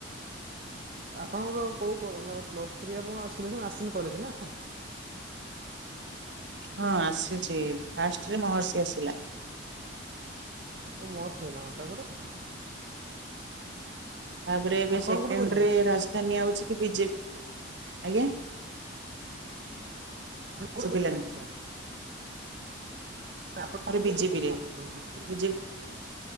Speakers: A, on the right (about 45°); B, on the right (about 65°).
A: ଆପଣଙ୍କର କଉ କ- ମାନେ ପ୍ଲସ୍ ଥ୍ରୀ ହବ ସିଲେକ୍ସନ୍ ଆସିନି କଲେଜ ନାଁ?
B: ହଁ ଆସିଚି ଫାଷ୍ଟ୍ ରେ ମହର୍ଷି ଆସିଲା।
A: ଓ ମହର୍ଷି ଅଆଇଲା ଅଁ- ତାପରେ
B: ତାପରେ ଏବେ
A: ଆପଣ
B: ସେକେଣ୍ଡ୍
A: କୋଉଠି କରିଛନ୍ତି
B: ରେ ରାଜଧାନୀ ଆଉଚି କି ବିଜେ- ଆଜ୍ଞା।
A: ଆପଣ କୋଉଠି
B: ଶୁବିଲାନି।
A: କରିବେ ଇଚ୍ଛା ଆପଣ
B: ମୋର
A: କୋଉଠି
B: ବିଜେପି
A: କରୁଛନ୍ତି
B: ରେ
A: ପ୍ଲସ୍ ଥ୍ରୀଟା
B: ବିଜେ